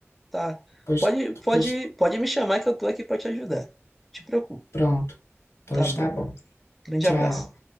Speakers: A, in the centre; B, on the left (about 70°).
A: tá.
B: Pois,
A: Pode, pode,
B: pois
A: pode me chamar que eu tô aqui pra te ajudar. Te preocupo.
B: pronto. Pois
A: Tá bom.
B: tá bom.
A: Grande
B: Tchau.
A: abraço.